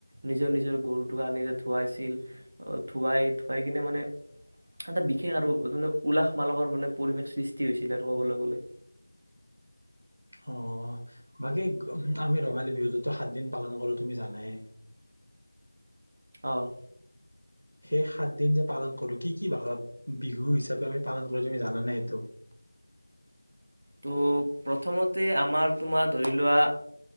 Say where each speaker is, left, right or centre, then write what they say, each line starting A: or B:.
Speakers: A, on the right (about 35°); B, on the right (about 75°).
A: নিজৰ নিজৰ গৰুটোক আনি ধুৱাইছিল। ধোৱাই ধোৱাই কিনে মানে এটা বিশেষ আৰুানে উলাহ মালাহৰ মানে পৰিৱেশ সৃষ্টি হৈছিল আৰু ক'বলৈ গ'লে।
B: অ বাকী আমি ৰঙালী বিহুটোতো সাত দিন পালন কৰোঁ‌ তুমি জানাই
A: অ'
B: সেই সাত দিন যে পালন কৰো কি কি ভাল বিহু হিচাপে আমি পালন কৰো তুমি জানানে সেইটো
A: ত' প্ৰথমতে আমাৰ তোমাৰ ধৰি লোৱা